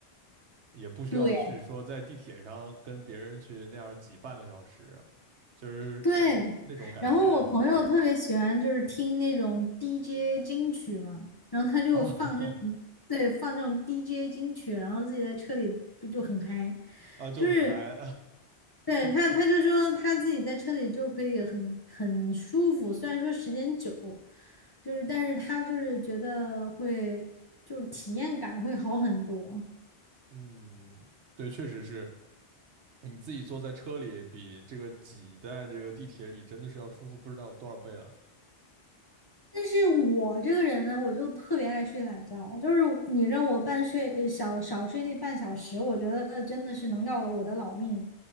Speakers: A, on the right (about 80°); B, on the left (about 25°).
A: 也不需要去说在地铁上跟别人去那样挤半个小时，
B: 对。
A: 就是
B: 对，
A: 那种感觉啊
B: 然后我朋友特别喜欢就是听那种 DJ 金曲嘛，然后他就放那种，
A: 啊
B: 对，放那种 DJ 金曲，然后自己在车里就就很嗨，
A: <laughs> 啊就很嗨，
B: 就是对他，他就说他自己在车里就可以很很舒服，虽然说时间久，就是但是他就是觉得会就是体验感会好很多。
A: <laughs> 嗯，对，确实是你自己坐在车里比这个挤在这个地铁里真的是要舒服不知道多少倍了。
B: 但是我这个人呢，我就特别爱睡懒觉，就是你让我半睡，呃，小少睡那半小时，我觉得真的是能要了我的老命，